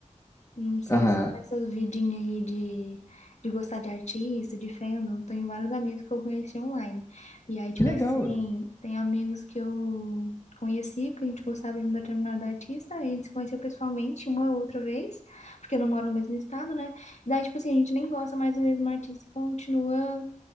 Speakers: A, on the left (about 60°); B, on the left (about 25°).
A: Não sei
B: Aham.
A: se nessas vidinhas aí de, de gostar de artista, de fandom, tenho vários amigos que eu conheci online. E aí, tipo
B: Que legal.
A: assim,
B: ué.
A: tem amigos que eu conheci, porque a gente gostava de um determinado artista, a gente se conheceu pessoalmente uma ou outra vez, porque não mora no mesmo estado, né? Daí, tipo assim, a gente nem gosta mais do mesmo artista e continua